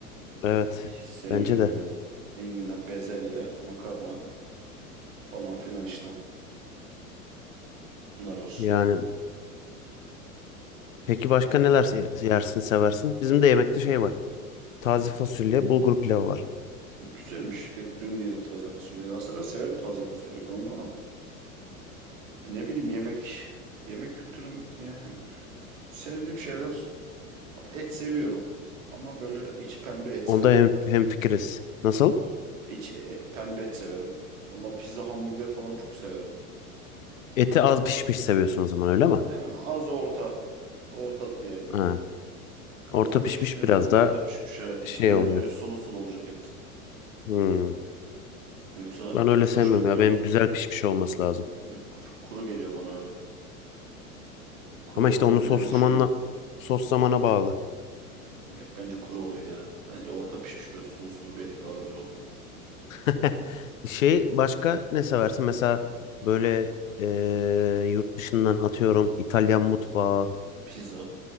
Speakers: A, on the left; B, on the right.
A: Evet.
B: Hiç sevmiyorum
A: Bence de.
B: ya. Enginar, bezelye, makarna falan filan işte. Bunlar var.
A: Yani peki başka neler se- yersin, seversin? Bizim de yemekte şey var. Taze fasulye, bulgur pilavı var.
B: Güzelmiş. Dün yedik taze fasulyeyi. Aslında ben severim taze fasulye falan ama. Ne bileyim yemek yemek kültürüm yani sevdiğim şeyler Abi et seviyorum ama böyle içi pembe et
A: Onda
B: severim.
A: hem hemfikiriz. Nasıl?
B: İçi e, e, pembe et severim. Valla pizza hamburger falan çok severim.
A: Eti az pişmiş seviyorsun o zaman öyle mi?
B: Yani az orta orta diyelim
A: Ha,
B: ya.
A: orta
B: Az da pişmiş
A: pişmiş
B: de
A: biraz
B: orta
A: daha
B: pişmiş evet. İçi
A: şey
B: gene
A: oluyor.
B: bir böyle sulu sulu olacak et.
A: Hmm.
B: Yoksa
A: Ben öyle
B: pek
A: sevmem
B: hoşuma gitmiyor.
A: ya. Benim güzel pişmiş olması lazım.
B: Hmm, Kuru, kuru geliyor bana öyle. Kuru
A: Ama
B: olunca
A: işte onu
B: da
A: sos
B: benim hoşuma
A: zamanla
B: gidiyor.
A: sos zamana bağlı.
B: Yok bence kuru oluyor ya. Bence orta pişmiş böyle sulu sulu bir et daha güzel oluyor.
A: <laughs> Şey başka ne seversin? Mesela böyle eee, yurt dışından atıyorum İtalyan mutfağı,
B: Pizza,